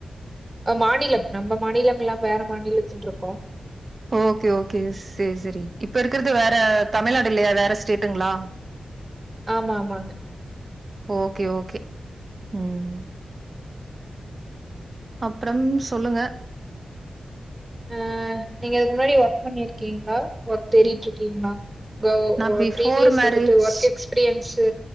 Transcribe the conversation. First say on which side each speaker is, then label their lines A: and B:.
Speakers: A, on the right; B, on the right.
A: அ மாநிலம் நம்ம மாநிலம் இல்லாம வேற மாநிலத்திலட்ருக்கு
B: ஓகே ஓகே செரி செரி இப்ப இருக்கிறது வேற தமிழ்நாடு இல்லையா வேற ஸ்டேட்டுங்களா
A: ஆமா ஆமாங்க
B: ஓகே ஓகே ம் அப்றம் சொல்லுங்க
A: அ நீங்க இதுக்கு முன்னாடி ஒர்க் பண்ணிருக்கீங்ளா ஒர்க் தேடிட்ருக்கீங்ளா இப்ப
B: நா
A: ஒ
B: பிஃபோர்
A: பீரிவியஸ்
B: மேரேஜ்
A: வந்துட்டு ஒர்க் எக்ஸ்பீரியன்ஸு